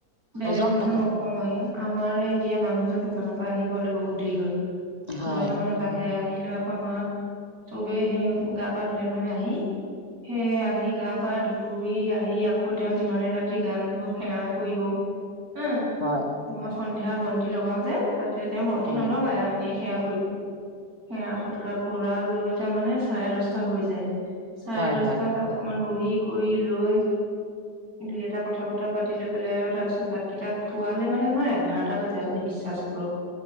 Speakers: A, on the right; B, on the left.
A: বেলেগৰ
B: হজম
A: কথা
B: নহয়
A: নকওঁৱেই, আমাৰে এতিয়া মানুহজন দোকানৰ পৰা আহি পলে বহুত দেৰি হয়।
B: হয়
A: নটা মানত আহে, আহিলৈ আকমা- চবে সেই গা-পা ধুৱে নহয় আহি, সেই আহি গা- পা ধুই আহি আকৌ তেওঁ যিমানে ৰাতি গা নোধওক, সেৱা কৰিব। হা
B: হয়।
A: মই সন্ধিয়া বন্তি লগাও যে তাতে তেওঁ বন্তি
B: হয়,
A: নলগাাই আৰু এনে সেৱা সেয়া সৎকাৰ কৰা লৈ তাৰ মানে চাৰে দচটা হৈ যায়। চাৰে
B: হয়,
A: দচটাত
B: হয়,
A: অকমান বহি কৰি লৈ দুই এটা কথা-বতৰা পাতি লৈ পেলাই আৰু তাৰ পিছত ভাতকেইটা খোৱালে মানে আমাৰ এঘাৰটা বাজে আপুনি বিশ্বাস কৰক।